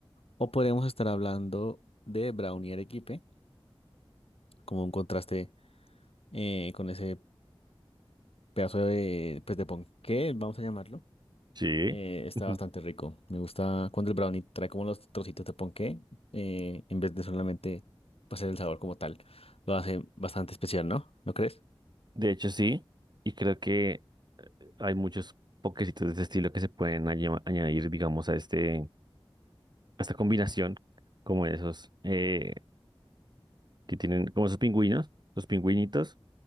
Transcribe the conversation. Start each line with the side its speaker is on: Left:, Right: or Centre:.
Left: O podríamos estar hablando de brownie arequipe, como un contraste eh, con ese pedazo de, pues, de ponqué, vamos a llamarlo
Right: Sí.
Left: Eh, está
Right: Ujú.
Left: bastante rico. Me gusta cuando el brownie trae como los trocitos de ponqué, eh, en vez de solamente pasar el sabor como tal. Lo hace bastante especial, ¿no? ¿No crees?
Right: De hecho, sí, y creo que hay muchos pokecitos de este estilo que se pueden añe- añadir, digamos, a este, a esta combinación, como esos eh, que tienen, como esos pingüinos, los pingüinitos,